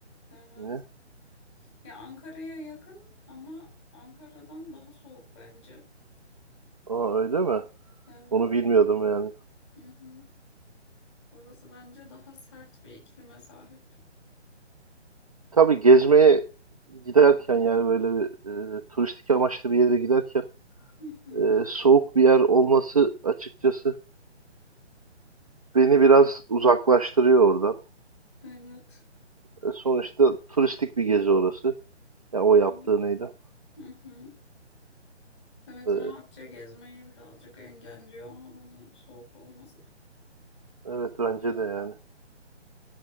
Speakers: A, on the left; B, on the right.
A: evet.
B: yine.
A: Ya Ankara'ya yakın ama Ankara'dan daha soğuk bence.
B: Aa öyle mi?
A: Evet.
B: Onu bilmiyordum yani.
A: Hı hı. Orası bence daha sert bir iklime sahip.
B: Tabii gezmeye giderken yani böyle bir e, turistik amaçlı bir yere giderken
A: Hı hı.
B: e, soğuk bir yer olması açıkçası beni biraz uzaklaştırıyor oradan.
A: Evet.
B: E, sonuçta turistik bir gezi orası. Ya o
A: Evet.
B: yaptığı neydi?
A: Hı hı. Evet,
B: E,
A: rahatça gezmeyi birazcık engelliyor havanın soğuk olması.
B: evet bence de yani.